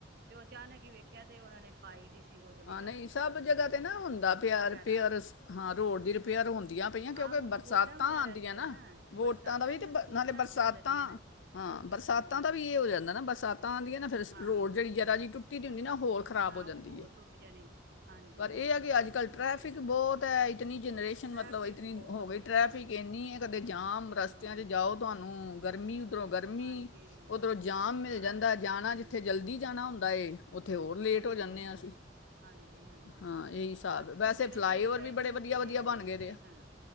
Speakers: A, on the right; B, on the left.
A: ਤੇ ਉਹ ਅਚਾਨਕ ਹੀ ਵੇਖਿਆ ਤੇ ਉਹਨਾਂ ਨੇ ਪਾਈ ਦੀ ਸੀ ਉਹ ਜਿਹੜੀ
B: ਹਾਂ
A: ਰਾਤੀ
B: ਨਹੀਂ ਸਭ
A: ਪਾ ਦਿੰਦੇ
B: ਜਗ੍ਹਾ ਤੇ
A: ਆ।
B: ਨਾ ਹੁੰਦਾ
A: ਲੁੱਕ
B: ਪਿਆ
A: ਵਗੈਰਾ
B: ਰਿਪੇਅਰ ਹਾਂ ਰੋਡ ਦੀ ਰਿਪੇਅਰ ਹੁੰਦੀਆਂ ਪਈਆਂ ਕਿਉਂਕਿ
A: ਆਹ ਹੁਣ
B: ਬਰਸਾਤਾਂ
A: ਵੋਟਾਂ ਵਗੈਰਾ
B: ਆਉਂਦੀਆਂ
A: ਜੂ ਹੈ
B: ਨਾ ਵੋਟਾਂ
A: ਬਰਸਾਤਾਂ
B: ਦਾ ਵੀ ਤੇ
A: ਵੋਟਾਂ
B: ਨਾਲੇ ਬਰਸਾਤਾਂ,
A: ਚੱਲ ਰਹੀਆਂ ਨਾ
B: ਹਾਂ ਬਰਸਾਤਾਂ
A: ਹੂੰ
B: ਦਾ ਵੀ ਏ ਹੋ ਜਾਂਦਾ ਨਾ ਬਰਸਾਤਾਂ ਆਂਦੀਆਂ ਨਾ ਫਿਰ
A: ਹਾਂ
B: ਰੋਡ ਜਿਹੜੀ ਜਰਾ ਜਈ ਟੁੱਟੀ ਦੀ ਹੁੰਦੀ ਨਾ ਹੋਰ ਖਰਾਬ
A: ਹਾਂ
B: ਹੋ
A: ਉਹ
B: ਜਾਂਦੀ
A: ਹੋਰ
B: ਐ।
A: ਟੁੱਟ ਜਾਣੀ ਹਾਂਜੀ
B: ਪਰ
A: ਹਾਂਜੀ
B: ਏ ਆ ਕਿ ਅੱਜ ਕੱਲ
A: ਉਹ
B: ਟ੍ਰੈਫਿਕ
A: ਤੇ ਹੈ
B: ਬੋਤ ਐ, ਇਤਨੀ ਜਨਰੇਸ਼ਨ
A: ਟ੍ਰੈਫਿਕ
B: ਮਤਲਬ ਇਤਨੀ
A: ਬਹੁਤ
B: ਹੋ ਗਈ
A: ਏ
B: ਟ੍ਰੈਫਿਕ
A: ਹਾਂ
B: ਏਨੀ ਐ, ਕਦੇ ਜਾਮ ਰਸਤਿਆਂ
A: ਹਾਂ
B: 'ਚ ਜਾਓ ਤੁਆਨੂੰ ਗਰਮੀ ਉੱਧਰੋਂ ਗਰਮੀ,
A: ਹਾਂਜੀ
B: ਓੱਧਰੋਂ ਜਾਮ ਮਿਲ
A: ਹਾਂ
B: ਜਾਂਦੈ
A: ਅਸੀਂ
B: ਜਾਣਾ
A: ਹੂੰ
B: ਜਿੱਥੇ ਜਲਦੀ ਜਾਣਾ ਹੁੰਦੈ, ਉੱਥੇ ਹੋਰ ਲੇਟ ਹੋ
A: ਹੋਰ
B: ਜਾਣੇ ਆਂ
A: ਕੀ
B: ਅਸੀਂ।
A: ਹਾਂਜੀ ਹਾਂਜੀ,
B: ਹਾਂ ਇਹੀ ਹਿਸਾਬ
A: ਆਹ ਅਸੀਂ
B: ਹੈ
A: ਤੇ
B: ਵੈਸੇ
A: ਸਵੇਰੇ
B: ਫਲਾਈਓਵਰ
A: ਸਵੇਰੇ ਗਏ
B: ਵੀ
A: ਸੀ
B: ਬੜੇ
A: ਨਾ
B: ਵਧੀਆ
A: ਸਵੇਰੇ
B: ਵਧੀਆ
A: ਹਜੇ
B: ਬਣ
A: ਨਈਂ
B: ਗਏ ਦੇ
A: ਸੀ
B: ਆ
A: ਹਾਂ,